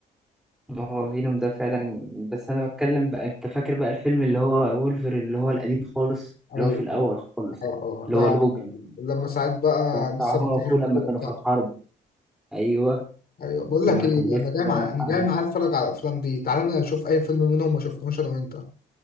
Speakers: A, in the centre; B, on the left.
A: ما هو فينوم ده فعلا بس انا بتكلم بقى انت فاكر بقى الفيلم اللي هو وولفر اللي هو القديم خالص
B: أيوة
A: اللي هو في الاول
B: أيوة
A: خالص
B: أه أه
A: اللي
B: ده
A: هو لوجان
B: لما ساعات بقى
A: كان بتاع
B: لسه
A: هو
B: بنتجه
A: اخوه
B: الكورة
A: لما كانوا
B: بتاعته
A: في الحرب ايوه
B: أيوة بقول لك
A: لما
B: إيه
A: كان لسه
B: أنا جاي
A: بقى
B: معايا
A: مدح
B: أنا
A: عندي
B: جاي معايا أتفرج على الأفلام دي تعالى نشوف أي فيلم منهم ما شفناهوش أنا وأنت